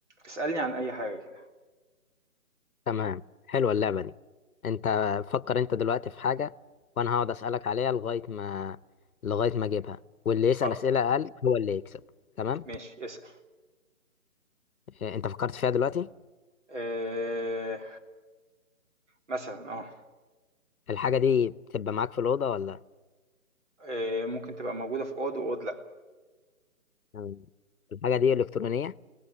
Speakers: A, on the right; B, on the left.
A: اسألني عن أي حاجة كده
B: تمام حلوة اللعبة دي انت فكر انت دلوقتي في حاجة وانا هقعد اسألك عليها لغاية ما لغاية ما اجيبها واللي يسأل
A: اتفضل
B: اسئلة اقل هو اللي يكسب تمام
A: ماشي اسأل
B: إيه، انت فكرت فيها دلوقتي
A: آه مثلا اه
B: الحاجة دي بتبقى معاك في الأوضة ولا
A: آه، ممكن تبقى موجودة في أوض وأوض لأ
B: تمام. الحاجة دي إلكترونية